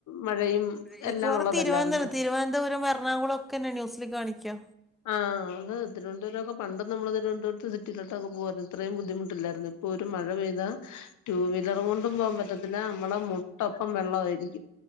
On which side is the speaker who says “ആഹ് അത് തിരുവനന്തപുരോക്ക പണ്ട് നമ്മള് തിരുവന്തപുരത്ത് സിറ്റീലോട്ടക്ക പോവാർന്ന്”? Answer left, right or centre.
Left